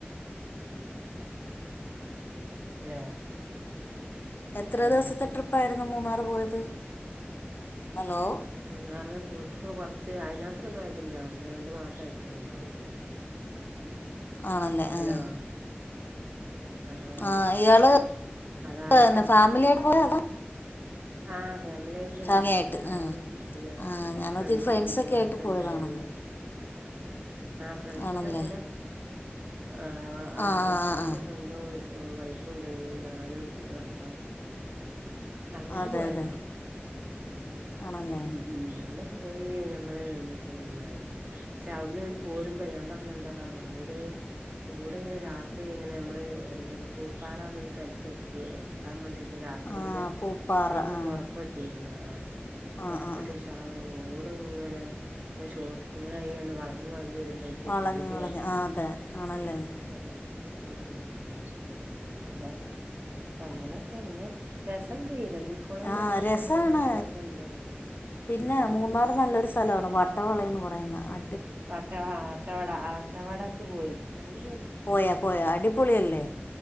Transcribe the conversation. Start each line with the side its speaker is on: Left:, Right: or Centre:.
Right: ഹലോ
Left: എത്ര
Right: ഹലോ
Left: ദിവസത്തെ ട്രിപ്പായിരുന്നു മൂന്നാറ് പോയത്? ഹലോ.
Right: മൂന്നാറിനു പോയിട്ടിപ്പൊ കൊറച്ച് അതിനാത്രം ഒന്നും ആയിട്ടില്ല. ഒന്ന് രണ്ടു മാസം ആയിട്ടുള്ളൂ പോയിട്ട്. <inaudible>
Left: ആണല്ലേ
Right: ഹലോ
Left: ആഹ്.
Right: ആ ആ
Left: ആഹ്
Right: ആ
Left: ഇയാള്
Right: ആ അതായിട്ടുള്ളൂ
Left: <unintelligible> ഫാമിലി ആയിട്ട് അതോ,
Right: ആഹ് ഫാമിലി ആയി <unintelligible>
Left: ഫാമിലി
Right: ഭർത്താവും
Left: ആയിട്ട് ആഹ്
Right: പിന്നെ
Left: ആഹ് ഞാനോർത്ത്
Right: ഫ്രണ്ടും,
Left: ഫ്രണ്ട്സൊക്കെ
Right: പെണ്ണുങ്ങളൊക്കെ
Left: ആയിട്ട് പോയതാണെന്ന്
Right: ഉണ്ടായിരുന്നു. ആ ഫ്രണ്ട്സിന്റെ
Left: ആണല്ലേ
Right: കൂടെ, ആഹ് ആ
Left: ആഹ്
Right: ഭർത്താവിന്റെ
Left: ആഹ് ആഹ് ആഹ്
Right: ഫ്രണ്ട് ന്റെ വൈഫും ഉണ്ടായിനി, ഞാനും എന്റെ ഭർത്താവും. അങ്ങനെ
Left: അതെ
Right: പോയതാ.
Left: അതെ ആണല്ലേ
Right: ഉം ഉം അങ്ങനെ. പോയി ഞങ്ങള് പിന്നെ, <unintelligible> അവിടുന്ന് പോരും വഴി, ഞാൻ പറഞ്ഞ എന്താ ആ റോഡ് റോഡ് ഇങ്ങനെ രാത്രി ഇങ്ങനെ നമ്മള് എന്താണ് പൂപ്പാറാ സ്ഥലത്ത് എ ത്താൻ വേണ്ടിട്ട് രാത്രി
Left: ആ
Right: ന്നെ
Left: പൂപ്പാറ
Right: അവിടുന്ന്
Left: ആ
Right: പൊറപ്പെട്ടിരുന്നു. ആ പൊറപെട്ട്
Left: ആ ആ
Right: ഷാ ആ റോഡ് ഇങ്ങനെ ഷോർട്ട് ങ്ങായിങ്ങാണ്ട് വളഞ്ഞ് വളഞ് വരും. <unintelligible>
Left: വളഞ്ഞ്
Right: പേടിയാവണ്ടായി.
Left: വളഞ്ഞ് ആ അതെ ആണല്ലേ
Right: ആഹ് ആ ഉം ഉം പിന്നന്താ അങ്ങനൊക്കെ അങ്ങനെ, രസ ഇണ്ട്, ഇരവികുളം
Left: ആ
Right: പറഞ്ഞ
Left: രസമാണ്
Right: സ്ഥലം നല്ല രസം ഉണ്ട്.
Left: പിന്നെ
Right: ഉം
Left: മൂന്നാർ
Right: പി
Left: നല്ലൊരു സ്ഥലമാണ് വട്ടവളയ എന്ന് പറയുന്ന. അ
Right: വട്ട ആ വട്ടവട ആ വട്ടവടക്ക് പോയി. അവിടെ
Left: പോയാ, പോയാ അടിപൊളിയല്ലേ.